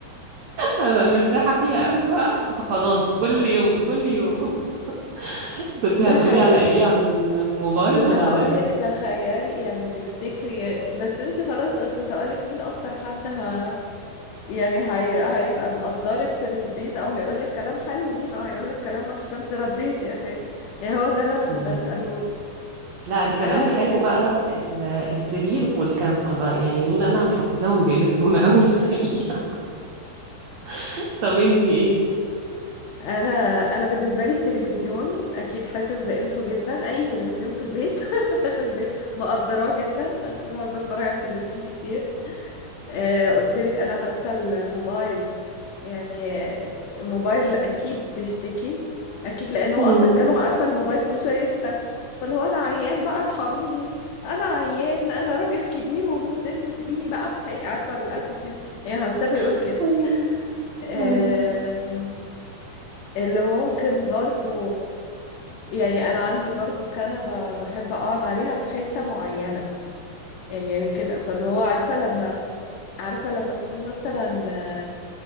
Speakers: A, on the right; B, on the left.
A: ببقى مرتاحه فيها قوي بقى
B: <laughs>
A: فخلاص كل
B: آه،
A: يوم كل يوم <laughs> كنت
B: ده
A: هتقولي
B: حقيقي
A: على ايه على الموبايل
B: كنت
A: ولا
B: هقولك
A: على
B: تخيلي يعني تفتكري يعني، بس انت خلاص كنت هقولك مين اكتر حد ه... يعني هي... هيبقى مقدرك في البيت او هيقولك كلام حلو ومين اه هيقولك كلام وحش فانت رديتي يا سيدي يعني هو ده اللي انا كنت
A: ايه
B: هسألهولك
A: لا الكلام
B: انا
A: الحلو
B: بالنسبة
A: بقى ال- السرير والكنبة بقى يعني دول انا محسساهم بقيمتهم قوي الحقيقة <laughs> طب انتي ايه
B: انا انا بالنسبه لي التلفزيون اكيد حاسس بقيمته جدا اي تلفزيون في البيت <laughs> حاسس ب مقدراه جدا أنا بحب اتفرج على التلفزيون كتير آه قلت لك انا حاسه الموبايل يعني آه، الموبايل اكيد بيشتكي اكيد لان هو
A: أمم.
B: اصلا جاله عارفه الموبايل كل شويه يسخن فاللي هو انا عيان بقى ارحميني انا عيان انا راجل كبير ومسن سيبيني بقى في حقي عارفه الاتيتيود يعني حاسه بيقول
A: <laughs>
B: كده
A: أي-
B: آم،
A: أمم.
B: اللي ممكن برضو يعني انا عندي برضو كنبة بحب اقعد عليها في حتة معينة يعني كده فاللي هو عارفة لما عارفة لما تكون مثلا آه،